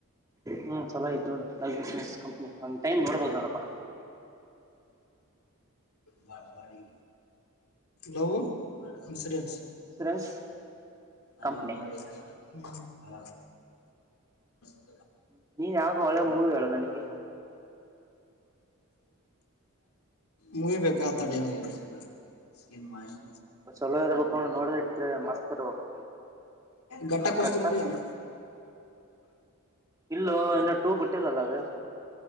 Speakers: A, on the right (about 15°); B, on the left (about 90°).
A: ಹ್ಮ್ ಚಲೋ ಆಯ್ತ್ ನೋ ಲೈ್ ಇನ್ರೆನ್ಸ್ ಕಂಪ್ನಿ ಒಂದ್ ಟೈಮ್ ನೋಡ್ಬೋದು ನೋಡಪ್ಪ
B: ಬ ಬಾರಿ ಲವ ಇನ್ಸಡೆನ್ಸ್
A: ಇನ್ಸೂರೆನ್ಸ್
B: ಅ
A: ಕಂಪ್ನಿ
B: ಹ <unintelligible>
A: ್ಮ ನೀನ್ ಯಾವಾಗ ಒಳ್ಳೆ ಮೂವಿ ಹೇಳ ನನಗೆ
B: ಮುಯ್ಬೇಕಾ ಆತಡ <unintelligible>
A: ಚಲೋ ಇರ್ಬೇಕೊಂಡು ನೋಡ್ರ ಇತ್ ಮಸ್ತ್ ಇರ್ಬೇಕು
B: ಘಟ್ಟಕ್ಕಸ್
A: ಕಟ್ಟಕ್
B: ನೋಡಿ ಏನ
A: ಇಲ್ಲೋ ಇನ್ನ ಟೂ ಬಿುಟ್ಟಿಲ್ಲಲ್ಲ ಅದು